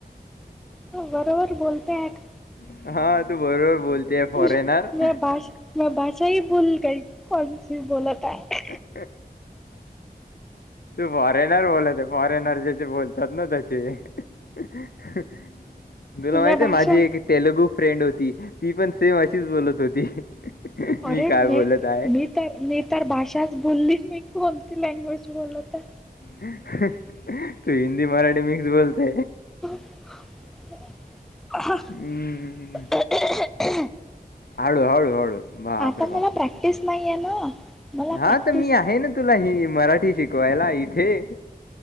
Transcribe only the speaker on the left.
<unintelligible>
<unintelligible> तु फॉरेनर बोलत आहे फॉरेनर जसे बोलतात ना तसे. <unintelligible> तुला माहित
हाय माझी एक तेलगू फ्रेंड होती ती पण सेम अशीच बोलत होती. मी
काय बोलत आहे.
तु हिंदी मराठी मिक्स बोलते.
हम्म. हळू हळू हळू! बापरे
बाप!
हां,
तर मी आहे ना तुला ही मराठी शिकवायला इथे